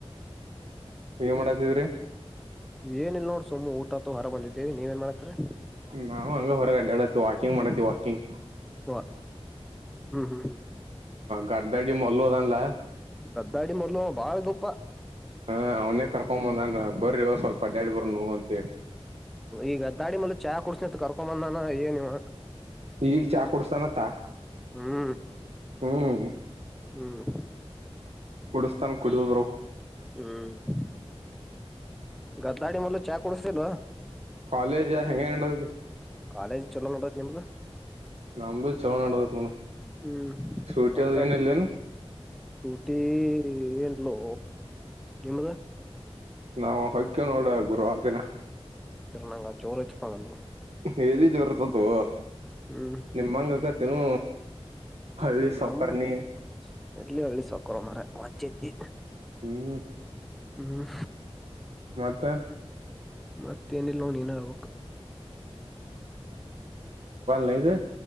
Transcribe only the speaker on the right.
ಏನ್ ಮಾಡಾತಿದ್ರಿ
ನಾವು ಹಂಗ ಹೊರಗಡ್ಡಡವಿ ವಾಕಿಂಗ್ ಮಾಡತ್ತತಿ ವಾಕಿಂಗ್
ಕಡ್ಡಡಿ ಮಲ್ಲ ಅದ ಲ್ಲ
ಹಾ ಅವನೇ ಕರ್ಕೊ ಬಂದನ್ ಬರ್ರ ಸ್ವಲ್ಪ ಅಡ್ಯಾಡಿ ಬರ್ ನ ಅಂತ
ಈಗ ಚಾ ಕುಡಸ್ತಾನತ್ತ
ಹ್ಮ್
ಕೊಡ ತಾನ ಕುಡಿದ ಬರ
ಕಾಲೇಜ್ ಹೆಂಗ ನಡದೈತಿ
ನಮ್ದು ಚಲೋ ನಡದತ್ ನೋಡ
ಸೂಟಿ
ಅದು ಏನಿಲ್ಲೇನು
ನಾವು ಹಕ್ಯ ನೋಡ ಗುರುವಾರ ದಿನ
<unintelligible>
ನಿಮ್ಮಂಗಕತಿನು ಹ ಸಾವಕ
ನೀ
ಹ್ಮ್
ಮತ್ತ.
ಲ್ಲದು.